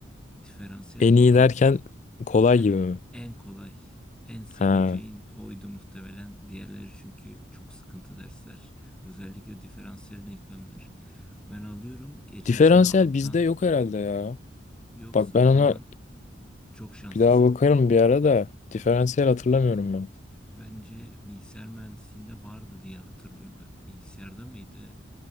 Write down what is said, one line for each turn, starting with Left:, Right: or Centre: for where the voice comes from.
Centre: Diferansiyel
Left: En
Centre: falan
Left: iyi derken kolay
Centre: yani
Left: gibi mi?
Centre: en kolay, en seveceğin
Left: Ha.
Centre: oydu muhtemelen. Diğerleri çünkü çok sıkıntı dersler. Özellikle diferansiyel denklemler. Ben alıyorum. Geçen
Left: Diferansiyel
Centre: sene alttan
Left: bizde yok herhalde ya.
Centre: Yoksa
Left: Bak ben
Centre: o zaman
Left: ona
Centre: çok şanslısın.
Left: bir daha bakarım bir ara da diferansiyel hatırlamıyorum ben.
Centre: Bence bilgisayar mühendisliğinde vardı diye hatırlıyorum ben. Bilgisayarda mıydı?